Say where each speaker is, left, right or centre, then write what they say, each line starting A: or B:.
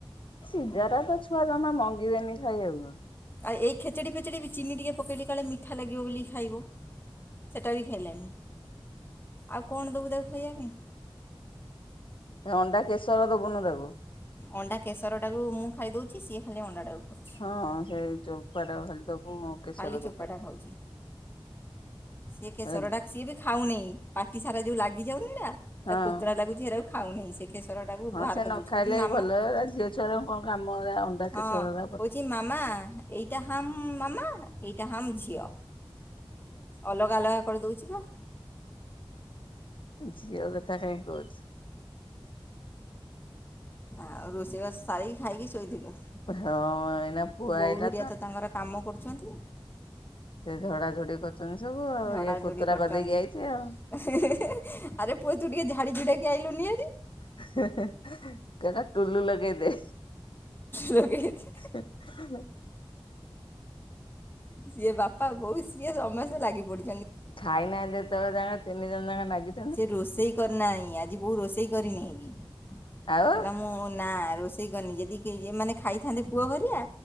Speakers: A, on the left; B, on the left.
A: ସିଝାଟା ତ ଛୁଆ ଜମା ମଙ୍ଗିବେନି ଖାଇବାକୁ।
B: ଆଉ ଏଇ ଖେଚେଡ଼ି ଫେଚେଡ଼ି ବି ଚିନି ଟିକେ ପକେଇଲି କାଳେ ମିଠା ଲାଗିବ ବୋଲି ଖାଇବ ସେଇଟା ବି ଖାଇଲାନି। ଆଉ କଣ ଦବୁ ତାକୁ ଖାଇବା ପାଇଁ?
A: ଏ ଅଣ୍ଡା କେଶର ଦବୁନୁ ତାକୁ।
B: ଅଣ୍ଡା କେଶରଟାକୁ ମୁଁ ଖାଇ ଦଉଛି, ସିଏ ଖାଲି ଅଣ୍ଡାଟାକୁ ଖାଉଛି।
A: ହଁ ସେଇ ଚୋପାଟାକୁ ଖାଲି ଦବୁ। କେଶର
B: ଖାଲି
A: ଦବୁ
B: ଚୋପାଟା ଖାଉଛି। ସିଏ
A: ଖାଇଦବ
B: କେଶରଟା ସିଏ ବି ଖାଉନେଇ। ପାଟି ସାରା ଯୋଉ ଲାଗିଯାଉନି ନା, ତାକୁ
A: ହଁ
B: କୋତରା ଲାଗୁଛି ସେଗୁରାକୁ ଖାଉନାହିଁ ସିଏ। କେଶରଟାକୁ
A: ହଁ
B: ବାହାର
A: ସେ
B: କରିଦଉଛି।
A: ନ ଖାଇଲେ
B: କହୁଛି ମାମା
A: ବି ଭଲ ଏରା ଝିଅ ଛୁଆର କଣ କାମ ଏରା ଅଣ୍ଡା
B: ହଁ
A: କେଶର ଏରା ଭଲ।
B: କହୁଛି କି ମାମା ଏଇଟା ହାମ୍ ମାମା, ଏଇଟା ହାମ୍ ଝିଅ। ଅଲଗା ଅଲଗା କରିଦଉଛି ବା।
A: ଝିଅ କଥା କାଇଁ କହୁଛୁ।
B: ଆଉ ରୋଷେଇବାସ ସାରିକି ଖାଇକି ଶୋଇଥିଲୁ?
A: ହଁ ଏଇନା ପୁଅ
B: ବୋଉ
A: ଆଇଲା
B: ଘରିକା ତ ତାଙ୍କର କାମ କରୁଛନ୍ତି।
A: ସେ ଝଡାଝଡି କରୁଛନ୍ତି ସବୁ ଆଉ।
B: ଝଡ଼ାଝଡ଼ି
A: ଇଏ କୋତରା
B: କରୁଛନ୍ତି
A: କରିଦେଇକି ଆଇଛି ଆଉ।
B: ଆରେ ପୁଅ ତୁ ଟିକେ ଝାଡ଼ିଝୁଡ଼ାକି ଆଇଲୁନି ଭାରି।
A: ହେଁ ହେଁ କହିଲା ଟୁଲୁ ଲଗେଇ ଦେ।
B: ଲଗେଇ। <unintelligible>
A: <unintelligible>
B: ସିଏ ବାପା ବୋଉ ସିଏ ସମସ୍ତେ ଲାଗି ପଡି
A: ଖାଇନାହାନ୍ତି ଏତୋବେଳଜାକେ ତିନି ଜଣ ଜାକ ନାଗିଚନ୍ତି।
B: ସେ ରୋଷେଇ କରିନାହିଁ ଆଜି ବୋଉ ରୋଷେଇ କରିନେହିଁ ବି
A: ଆଉ
B: କହିଲା ମୁଁ ନା ରୋଷେ ରୋଷେଇ କରିନେହିଁ ଯଦିଏମାନେ ଖାଇଥାନ୍ତେ ପୁଅ ଘରିକା